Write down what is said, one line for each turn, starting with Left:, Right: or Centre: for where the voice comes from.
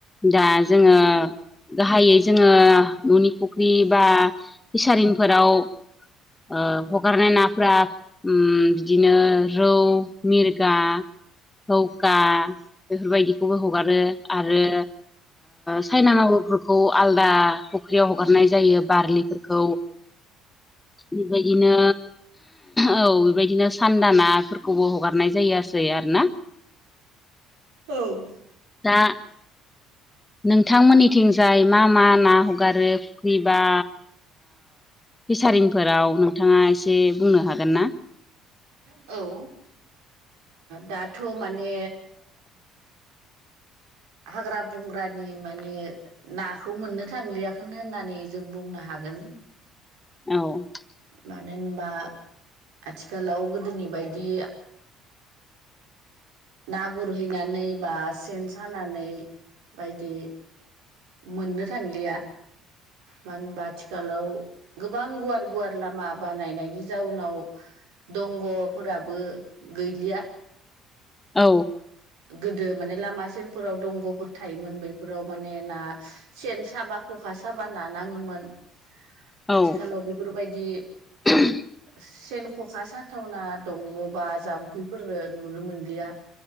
Left: दा जोङो गाहायै जोङो न'नि फुख्रि बा फिसारिनफोराव ओ हगारनाय नाफ्रा बिदिनो रौ मिरगा हौखा बेफोरबायदिखौबो हगारो आरो सायना मांगुरफोरखौ आलदा फुख्रियाव हगारनाय जायो बारलिफोरखौ बेबायदिनो औ बेबायदिनो सान्दा नाफोरखौबो हगारनाय जायासै आर ना
Right: औ
Left: दा नोंथांमोननिथिंजाय मा मा ना हगारो फुर्खिबा फिसारिनफोराव नोंथाङा एसे बुंनो हागोन ना
Right: औ दाथ' माने
Left: <inaudible>
Right: हाग्रा बंग्रानि माने नाखौ मोननो थांलियाखै होननानै जों बुंनो हागोन
Left: औ
Right: मानो होनबा आथिखालाव गोदोनि बायदि ना गुरहैनानै बा सेन सानानै बायदि मोननो थांलिया मा- बा आथिखालाव गोबां गुवार गुवार लामा बानायनायनि जाउनाव दंग'फोराबो गैलिया
Left: औ
Right: गोदो माने लामा सेरफोराव दंग'फोर थायोमोन बैफोराव माने बा सेन साबा खखा साबा नानाङोमोन
Left: औ
Right: आथिखालाव बेफोरबायदि
Left: <inaudible>
Right: सेन ख'खा साथावना दंग'बा जाम्फैफोर नुनो मोनलिया